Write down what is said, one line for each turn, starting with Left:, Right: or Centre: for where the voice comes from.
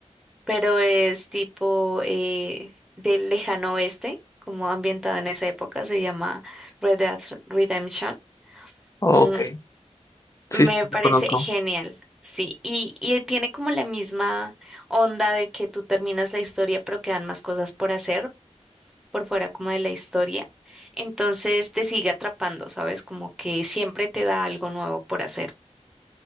Centre: pero es tipo eh, del lejano oeste, como ambientado en esa época, se llama Red Dead Redemption.
Left: ok,
Centre: Mm,
Left: sí,
Centre: me
Left: sí,
Centre: parece
Left: lo conozco.
Centre: genial, sí. Y, y tiene como la misma onda de que tú terminas la historia, pero quedan más cosas por hacer por fuera como de la historia. Entonces te sigue atrapando, ¿sabes? Como que siempre te da algo nuevo por hacer.